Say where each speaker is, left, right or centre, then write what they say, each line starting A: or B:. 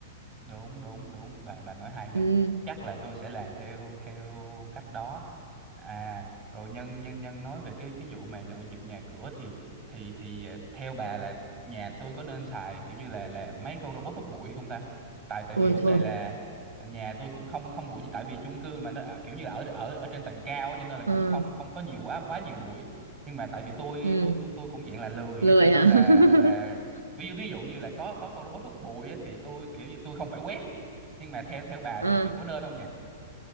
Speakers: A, on the right; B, on the right.
A: đúng đúng đúng bà bà nói hay đó
B: ừ.
A: chắc là tôi sẽ làm theo theo cách đó à rồi nhân nhân nhân nói về cái cái vụ mà dọn dẹp nhà cửa thì thì thì ờ, theo bà là nhà tôi có nên xài kiểu như là là mấy con robot hút bụi không ta tại tại
B: ôi
A: vì vấn
B: thôi
A: đề là nhà tôi cũng không không bụi gì tại vì chung cư mà nó ở- kiểu như là ở ở ở trên tầng cao á, cho nên là cũng
B: ừ.
A: không không có nhiều quá quá nhiều bụi nhưng mà tại vì tôi
B: Ừ.
A: tôi tôi, tôi cũng dạng là lười
B: lười
A: á cho nên
B: hả
A: là
B: <laughs>
A: là ví dụ ví dụ như là có có con robot hút bụi á, thì tôi kiểu như tôi không phải quét nhưng mà theo theo bà
B: Ừ.
A: thì thì có nên không nhỉ